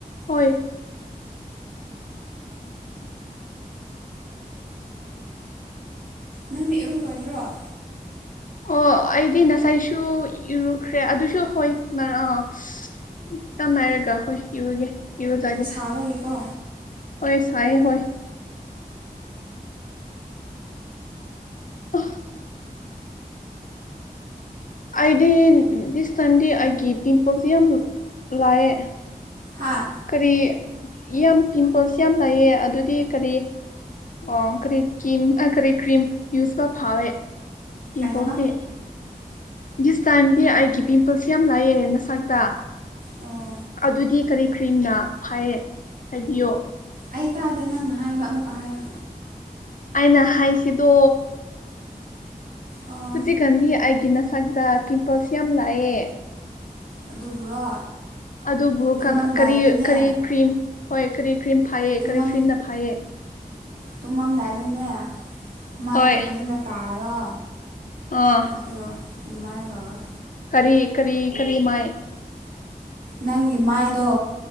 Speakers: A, on the left; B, on the right.
A: ꯍꯣꯏ
B: ꯅꯪꯗꯤ ꯏꯔꯨꯔꯣꯏꯗ꯭ꯔꯣ
A: ꯑꯣ ꯑꯩꯗꯤ ꯉꯁꯥꯏꯁꯨ ꯏꯔꯨꯈ꯭ꯔꯦ ꯑꯗꯨꯁꯨ ꯍꯣꯏ <unintelligible> ꯈꯤꯇꯪ ꯅꯥꯏꯔꯒꯥ ꯍꯣꯏ ꯏꯔꯨꯒꯦ ꯏꯔꯨꯖꯒꯦ
B: ꯁꯥꯕꯒꯤꯀꯣ
A: ꯍꯣꯏ ꯁꯥꯏꯌꯦ ꯍꯣꯏ ꯑ ꯑꯩꯗꯤ ꯗꯤꯁ ꯇꯥꯏꯝꯗꯤ ꯑꯩꯒꯤ ꯄꯤꯝꯄꯜꯖꯤ ꯌꯥꯝ ꯂꯥꯛꯑꯦ
B: ꯍꯥꯥ
A: ꯀꯔꯤ ꯌꯥꯝ ꯄꯤꯝꯄꯜꯁ ꯌꯥꯝ ꯂꯩꯌꯦ ꯑꯗꯨꯗꯤ ꯀꯔꯤ ꯑꯣ ꯀꯔꯤ ꯀꯤꯝ ꯑ ꯀꯔꯤ ꯀ꯭ꯔꯤꯝ ꯌꯨꯁꯕ ꯐꯩꯌꯦ ꯄꯤꯝꯄꯜꯁꯗꯤ
B: ꯀꯩ ꯍꯥꯏꯕ
A: ꯗꯤꯁ ꯇꯥꯏꯝꯗꯤ ꯑꯩꯒꯤ ꯄꯤꯝꯄꯜꯁꯦ ꯌꯥꯝ ꯂꯥꯛꯑꯦ ꯃꯁꯛꯇ
B: ꯑꯣ
A: ꯑꯗꯨꯗꯤ ꯀꯔꯤ ꯀ꯭ꯔꯤꯝꯅ ꯐꯥꯏꯌꯦ ꯍꯥꯏꯕꯤꯌꯣ
B: ꯑꯩ ꯇꯥꯗꯦ ꯅꯪꯅ ꯍꯥꯏꯕꯗꯣ ꯑꯃꯨꯛꯀ ꯍꯥꯏꯌꯨ
A: ꯑꯩꯅ ꯍꯥꯏꯁꯤꯗꯣ
B: ꯑꯣ
A: ꯍꯧꯖꯤꯛꯀꯥꯟꯗꯤ ꯑꯩꯒꯤ ꯅꯁꯥꯛꯇ ꯀꯤꯝꯄꯜꯁꯦ ꯌꯥꯝ ꯂꯥꯛꯑꯦ
B: ꯑꯗꯨꯕꯨꯔꯣ
A: ꯑꯗꯨꯕꯨ
B: ꯇꯨꯝꯂꯝꯗꯥꯏꯗꯅꯦ
A: ꯀ ꯀꯔꯤ ꯀꯔꯤ ꯀ꯭ꯔꯤꯝ ꯍꯣꯏ ꯀꯔꯤ ꯀ꯭ꯔꯤꯝ ꯐꯥꯏꯌꯦ
B: ꯇꯨꯝꯃꯝ
A: ꯀꯔꯤ ꯀ꯭ꯔꯤꯝꯅ ꯐꯥꯏꯌꯦ
B: ꯇꯨꯝꯃꯝꯗꯥꯏꯗꯅꯦ ꯃꯥꯏꯗꯣ
A: ꯍꯣꯏ
B: ꯐꯖꯅ ꯇꯥꯔꯣ
A: ꯑꯥ
B: ꯑꯣꯗꯣ ꯑꯗꯨꯃꯥꯏꯅ ꯇꯧꯔꯒ
A: ꯀꯔꯤ ꯀꯔꯤ ꯀꯔꯤ ꯃꯥꯏ
B: ꯅꯪꯒꯤ ꯃꯥꯏꯗꯣ